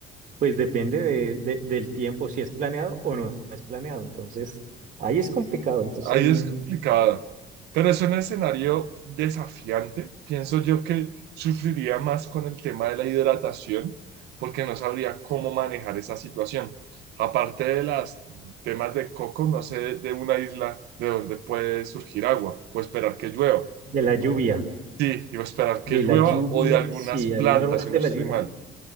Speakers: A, on the right; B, on the right.
A: pues depende de, de- del tiempo, si es planeado o no es planeado, entonces ahí es complicado, entonces
B: Ahí
A: ahí
B: es complicado, pero es un escenario desafiante. Pienso yo que sufriría más con el tema de la hidratación porque no sabría cómo manejar esa situación. Aparte de los temas de coco, no sé de una isla de donde puede surgir agua o esperar que llueva.
A: de la lluvia.
B: Sí, o esperar que
A: De
B: llueva
A: la lluvia,
B: o de algunas
A: sí,
B: plantas,
A: ahí normalmente
B: si no estoy
A: la lluvia.
B: mal.